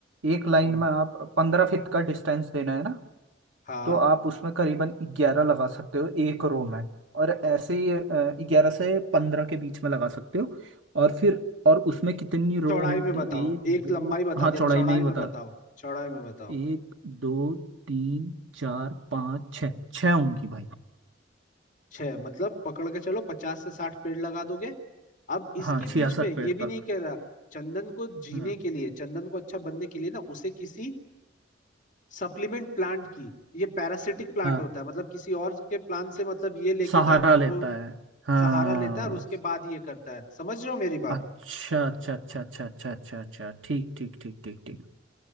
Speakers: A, on the right; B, on the left.
A: एक लाइन
B: हम्म
A: में आप पंद्रह फीट का डिस्टेंस देना है ना
B: हाँ
A: तो आप उसमें करीबन ग्यारह लगा सकते हो एक रो में और ऐसे ही ग्यारह से पंद्रह के बीच में लगा सकते हो और फिर और उसमें कितनी रो
B: चौड़ाई
A: होंगी
B: में बताओ
A: एक
B: एक
A: दो
B: लंबाई बता
A: हाँ
B: दी अब
A: चौड़ाई
B: चौड़ाई
A: में ही बता
B: में बताओ चौड़ाई में बताओ
A: एक दो तीन चार पाँच छः छः होंगी भाई
B: छह मतलब पकड़ के चलो पचास से साठ पेड़ लगा दोगे अब इसके
A: हाँ छियासठ
B: बीच में ये
A: पेड़
B: भी
A: तक
B: नहीं कह रहा चंदन को जीने
A: हाँ
B: के लिए चंदन को अच्छा बनने के लिए ना उसे किसी सप्लीमेंट प्लांट की ये पैरासिटिक प्लांट
A: हाँ
B: होता है मतलब किसी और के प्लांट से मतलब ये लेके
A: सहारा
B: ना
A: लेता
B: वो
A: है हाँ
B: सहारा लेता है और उसके बाद ये करता है समझ रहे हो मेरी बात
A: अच्छा अच्छा अच्छा अच्छा अच्छा अच्छा अच्छा ठीक ठीक ठीक ठीक ठीक